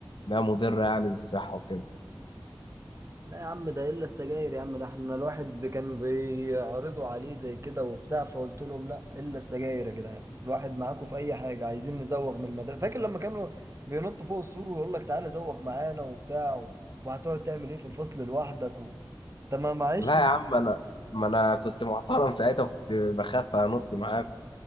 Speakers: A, on the left (about 80°); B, on the right (about 35°).
A: انها مضرة يعني للصحة وكده
B: لا يا عم ده الا السجاير يا عم ده احنا الواحد كان بيعرضوا عليه زي كده وبتاع فقلت لهم لا الا السجاير يا جدعان الواحد معاكم في اي حاجه عايزين نزوغ من المدرسه فاكر لما كانوا بينطوا فوق السور ويقول لك تعالى زوغ معانا وبتاع و- وهتقعد تعمل ايه في الفصل لوحدك و... طب ما معلش
A: لا يا عم انا ما انا كنت محترم ساعتها وكنت بخاف انط معاك